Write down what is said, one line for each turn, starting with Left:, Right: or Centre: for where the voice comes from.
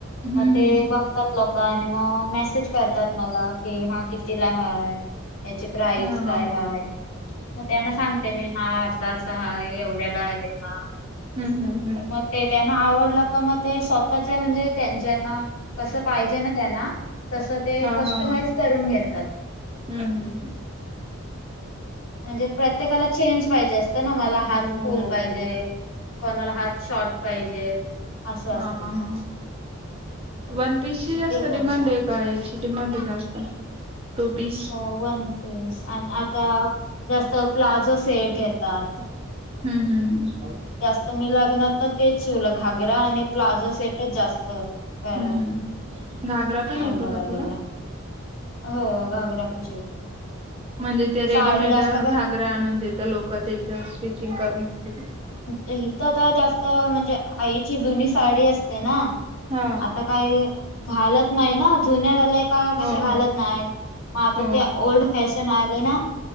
Right: हम्म
Left: मग ते बघतात लोक आणि मग मेसेज करतात मला कि हा कितीला हाय याची प्राईस
Right: हा
Left: काय
Right: हा
Left: हाय, मग त्यांना सांगते मी. हा असा-असा हाय एवढ्याला आहे हा,
Right: हम्म हम्म हम्म
Left: मग ते त्यांना आवड त मग ते स्वतःच्या म्हणजे त्यांन ज्यांना कस पाहिजे ना त्यांना तसं ते
Right: हा
Left: कस्टमाइज
Right: हा हा
Left: करून घेतात.
Right: हम्म हम्म हम्म..
Left: म्हणजे प्रत्येकाला चेंज पाहिजे असतं ना मला हात
Right: हो
Left: फुल
Right: हो हो
Left: पाहिजे कोणाला हात शॉर्ट पाहिजे. असं
Right: हा
Left: असतं.
Right: हा हा... वन पीसची
Left: मग
Right: जास्त
Left: ते करतात
Right: डिमांड आहे का याची डिमांड आहे जास्त टू पीस?
Left: हो वन आणि आता जास्त प्लाजो सेट घेतात.
Right: हम्म हम् हम...
Left: जास्त मी लग्नात तर तेच शीवलं घागरा आणि प्लाझो सेटच जास्त तर
Right: हम्म हम्म घागरा पण येतो
Left: ऑर्डर
Right: का
Left: आलेला
Right: तुला?
Left: हो घागरापण शिवते.
Right: म्हणजे ते रेडीमेड
Left: साडी जास्त
Right: घागरा
Left: करून
Right: आणून देत, लोक त्याच स्टिचिंग करून देते का?
Left: हित तर जास्त म्हणजे आईची जुनी साडी असते ना
Right: हा
Left: आता काय घालत नाही ना जुन्या झाल्याका कस
Right: हो
Left: घालत
Right: हो
Left: नाही मग आता
Right: हो
Left: ते ओल्ड फॅशन आलेय ना